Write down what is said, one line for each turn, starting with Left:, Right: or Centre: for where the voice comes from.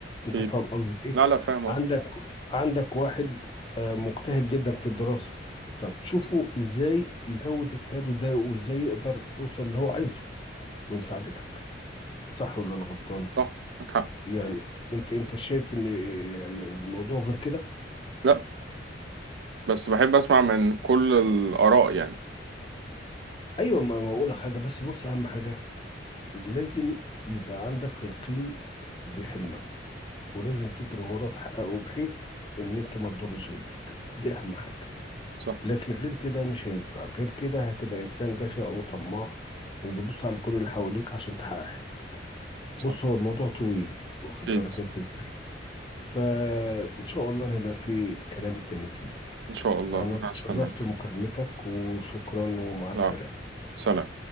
Left: انت
Right: اكيد
Left: فاهم قصدي ايه
Right: لا لا فاهم
Left: عندك
Right: قصدك
Left: عندك واحد آه، مجتهد جدا في الدراسة طب تشوفه ازاي يزود اجتهاده ده وازاي يقدر يوصل اللي هو عايزه بمساعدتك
Right: صح
Left: صح ولا انا غلطان
Right: صح معاك حق
Left: يعني انت انت شايف ان يعني الموضوع غير كده
Right: لا بس بحب اسمع من كل الاراء يعني
Left: ايوه ما ما اقول لك حاجه بس بص اهم حاجه لازم يبقى عندك يقين بحلمك ولازم تجري وراه تحققه بحيث ان انت ما تضرش غيرك دي اهم حاجه
Right: صح
Left: لكن غير كده مش هينفع غير كده هتبقى انسان جشع وطماع وبتدوس على كل اللي حواليك عشان تحقق حلمك
Right: صح
Left: بص هو الموضوع طويل واخد
Right: اكيد
Left: بالك انت ازاي فان شاء الله هيبقى في كلام تاني فيه
Right: ان شاء الله
Left: أنا
Right: وانا
Left: تشرفت
Right: هستناك
Left: بمكالمتك وشكرا ومع السلامة
Right: لا سلام